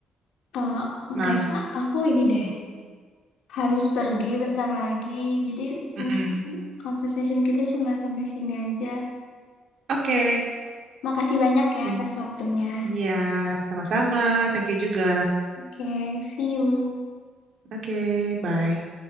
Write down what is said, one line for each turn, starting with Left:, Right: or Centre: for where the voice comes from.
Left: Eh,
Right: Nah,
Left: kayaknya aku ini deh. harus pergi bentar lagi. Jadi
Right: mm-mm.
Left: mungkin conversation kita cuma sampai sini aja.
Right: Oke,
Left: Makasih banyak ya
Right: thank-
Left: atas waktunya.
Right: Iya, sama-sama. Thank you juga.
Left: Oke, see you.
Right: Oke, bye.